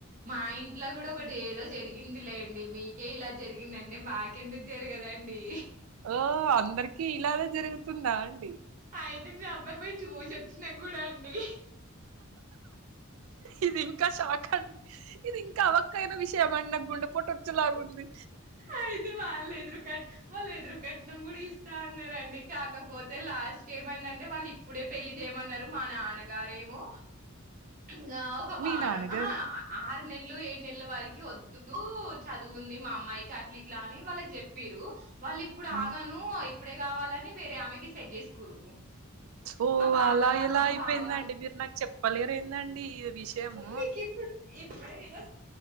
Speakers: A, on the right; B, on the right.
A: మా ఇంట్లో కూడా ఒకటి ఏదో జరిగిం ఉంది లేండి మీకే ఇలా జరిగిందంటే మాకెందుకు జరగదండి.
B: ఓ అందరికిీ ఇలానే జరుగుతుందా అండి
A: అయితే నేనబ్బాయిని పోయి చూసొచ్చినా గూడా అండి
B: ఇది ఇంకా షాక్ అండి ఇది ఇంకా అవక్కైన విషయం అండి నాక్ గుండె పూటొచ్చేలాగుంది.
A: అయితే వాళ్ళెదురు కట్ వాళ్ళెదురు కట్ కట్నం కూడా ఇస్తా అన్నారండి. కాకపోతే లాస్ట్ కి ఏమైందంటే వాళ్ళు ఇప్పుడే పెళ్ళి చేయమన్నారు. మా నాన్నగారేమో ఇంగ ఒక వారం
B: మీ నాన్నగారు
A: ఆహ నెలలు ఏడు నెలలు వరకి వద్దు చదువుంది. మా అమ్మాయికి ఇల ఇట్లా అని వాళ్ళకి చెప్పిరు వాళ్ళు ఇప్పుడు
B: హ్మ్.
A: ఆగను ఇప్పుడే కావాలని వేరే ఆమెకి సెట్ చేసుకురు.
B: ఓ
A: మా బావగా
B: అలా ఇలా
A: మా
B: అయిపోయిందండి.
A: బావ వాళ్ళ
B: మీరు నాకు చెప్పలేరు ఏందండి ఈ విషయము
A: మీకు ఇప్పుడు ఇప్పుడే ఎదో